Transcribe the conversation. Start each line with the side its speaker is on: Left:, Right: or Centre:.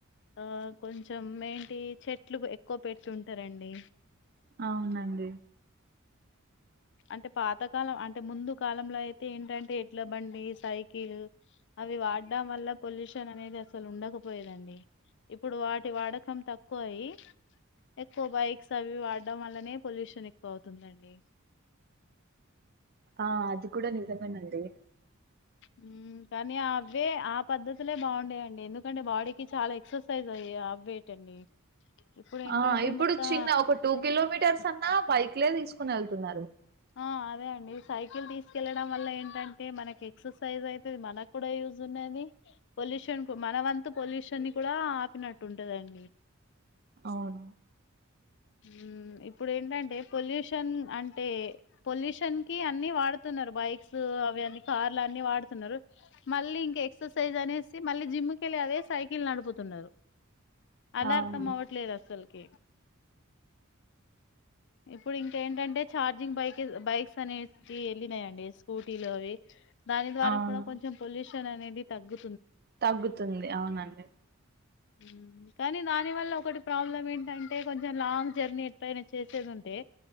Left: ఆ కొంచెం ఏంటి చెట్లు ఎక్కువ పెట్టి ఉంటారండి.
Right: అవునండి
Left: అంటే పాతకాలం అంటే ముందు కాలంలో అయితే ఏంటంటే ఎట్ల బండి సైకిల్ అవి వాడ్డం వల్ల పొల్యూషన్ అనేది అసలు ఉండకపోయేదండి. ఇప్పుడు వాటి వాడకం తక్కువ అవి ఎక్కువ బైక్స్ అవి వాడడం వల్లనే పొల్యూషన్ ఎక్కువ అవుతుందం డి
Right: ఆ అది కూడా నిజమేనండి
Left: మ్మ్ కానీ అవే ఆ పద్ధతులే బాగుండేయండి, ఎందుకంటే బాడీకి చాలా ఎక్సర్సైజ్ అయ్యి అవ్వేటండి. ఇప్పుడు ఏంటంటే
Right: ఆ ఇప్పుడు
Left: మొత్తం
Right: చిన్న ఒక టూ కిలోమీటర్స్ అన్నా బైక్లే తీసు కొని వెళ్తున్నారు
Left: ఆ అదే అండి సైకిల్ తీసుకెళ్లడం వల్ల ఏంటంటే మనకి ఎక్సర్సైజ్ అయితది. మనకు కూడా యూజ్ ఉన్నది, పొల్యూషన్ కు మన వంతు పొల్యూషన్ ని కూడా ఆపినట్టు ఉంటదండి.
Right: అవును
Left: మ్మ్ ఇప్పుడు ఏంటంటే పొల్యూషన్ అంటే పొల్యూషన్ కి అన్ని వాడుతున్నారు బైక్స్ అవి అన్నీ కార్లు అన్ని వాడుతున్నారు. మళ్ళీ ఇంకా ఎక్సర్సైజ్ అనేసి మళ్ళీ జిమ్కి వెళ్ళి అదే సైకిల్ నడుపుతున్నరు. అలా
Right: అవును
Left: అర్థం అవ్వట్లేదు అస్సల్ కే ఇప్పుడు ఇంకేంటంటే ఛార్జింగ్ బైక్ బైక్స్ అనేసి వెళ్ళినాయండి స్కూటీలు అవి. దాని ద్వారా
Right: అవును
Left: కూడా కొంచెం పొల్యూ షన్ అనేది తగ్గు
Right: తగ్గుతుంది అవునండి
Left: మ్మ్ కానీ దాని వల్ల ఒకటి ప్రాబ్లం ఏంటంటే కొంచెం లాంగ్ జర్నీ ఎటైనా చేస్ వచ్చేది ఉంటే